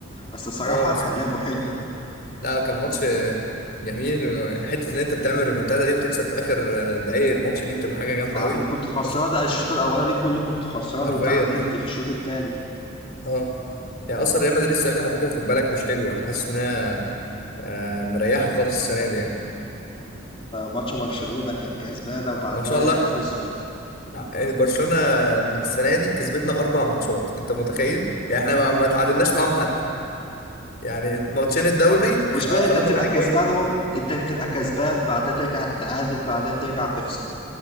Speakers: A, on the left; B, on the left.
A: بس صراحه
B: اه بس
A: كان لعبه حلو
B: مم. لا كان ماتش جميل وحته ان انت بتعمل ريمونتادا دي وتكسب في اخر دقايق الماتش دي بتبقى حاجه جامده
A: بعد
B: قوي
A: ما كنت خسران
B: بس
A: الشوط الاولاني كله كنت خسران
B: حرفيا
A: وتعادلت
B: اه
A: في الشوط الثاني
B: اه يعني اصلا ريال مدريد السنه دي على فكره خد بالك مش حلوه انا حاسس انها آه، مريحه خالص السنه دي يعني
A: ماتش برشلونه كانت كسبانه وبعدها
B: ما شاء الله
A: رجعت خسرت
B: يعني برشلونه السنه دي كسبتنا اربع ماتشات انت متخيل يعني احنا ما ما تعادلناش معاهم حتى يعني ماتشين الدوري
A: المشكله
B: خ- آه،
A: إن
B: خدونا
A: انت بتبقى
B: رايح
A: كسبانهم
B: جاي كده.
A: انت بتبقى كسبان بعدها ترجع تعادل بعدها ترجع تخسر